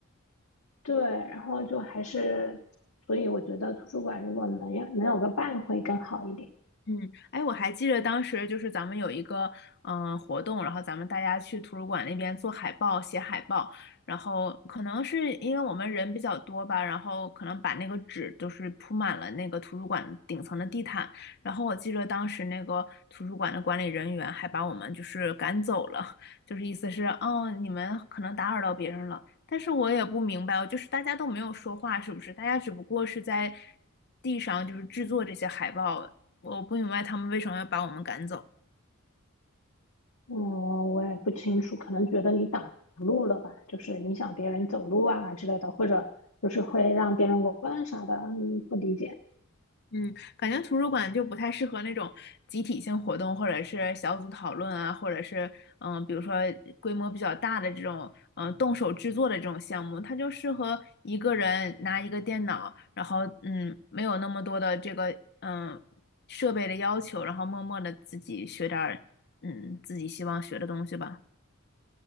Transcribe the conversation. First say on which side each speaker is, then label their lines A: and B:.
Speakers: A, on the left (about 70°); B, on the left (about 50°).
A: 对，然后就还是，所以我觉得图书馆如果能有能有个伴会更好一点。
B: 嗯，哎，我还记得当时就是咱们有一个嗯、呃活动，然后咱们大家去图书馆那边做海报、写海报，然后可能是因为我们人比较多吧，然后可能把那个纸都是铺满了那个图书馆顶层的地毯，然后我记得当时那个图书馆的管理人员还把我们就是赶走了，就是意思是哦你们可能打扰到别人了，但是我也不明白，就是大家都没有说话，是不是？大家只不过是在地上就是制作这些海报。我不明白他们为什么要把我们赶走。
A: 嗯，我也不清楚，可能觉得你挡路了吧，就是影响别人走路啊之类的，或者就是会让别人围观啥的，嗯，不理解。
B: 嗯，感觉图书馆就不太适合那种集体性活动，或者是小组讨论啊，或者是嗯，比如说规模比较大的这种嗯动手制作的这种项目，它就适合一个人拿一个电脑，然后嗯，没有那么多的这个嗯设备的要求，然后默默的自己学点儿嗯自己希望学的东西吧。